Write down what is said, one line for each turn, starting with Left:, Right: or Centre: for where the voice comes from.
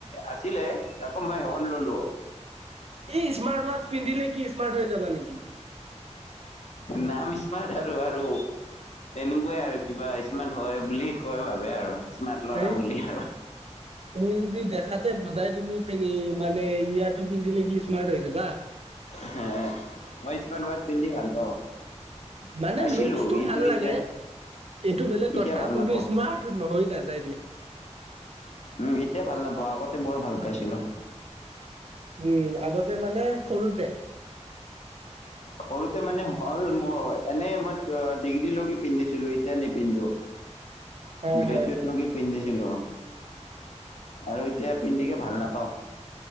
Left: আছিলে আকৌ মই সেইখন ল'লোঁ।
Right: ই স্মাৰ্ট ৱাচ পিন্ধিলে কি স্মাৰ্ট হৈ যাবা নেকি?
Left: নাম স্মাৰ্ট আৰু আৰু তেনেকুৱাই আৰু। কিবা স্মাৰ্ট হয়, বুলি কয় ভাবে আৰু স্মাৰ্ট ল'ৰা
Right: হেই
Left: বুলি আৰু।
Right: তুমি যদি দেখা ঠাতে ভদাই তুমি পিনে মানে ইয়াতো পিন্ধিলে কি স্মাৰ্ট হৈ যাবা?
Left: হ মই স্মাৰ্ট ৱাটচ পিন্ধি ভাল পাওঁ।
Right: মানে
Left: পাইছিলো
Right: লুকচটো
Left: কিন্তু
Right: ভাল লাগে।
Left: এতিয়া
Right: এইটো বেলেগ কথা
Left: এতিয়া ভাল
Right: কোনটো
Left: নাপাওঁ
Right: স্মাৰ্ট নহয়, নাযায় দিয়া।
Left: উম, এতিয়া ভাল নাপাওঁ আগতে বৰ ভাল পাইছিলো।
Right: উম, আগতে মানে সৰুতে?
Left: সৰুতে মানে হ'ল মোৰ এনেই মই ডিগ্ৰী লগি পিন্ধিছিলো এতিয়া নিপিন্ধো।
Right: <inaudible> হয়
Left: গ্ৰেজুৱেট
Right: হয় হয়
Left: লকি পিন্ধিছিলো আৰু এতিয়া পিন্ধিকে ভাল নাপাও।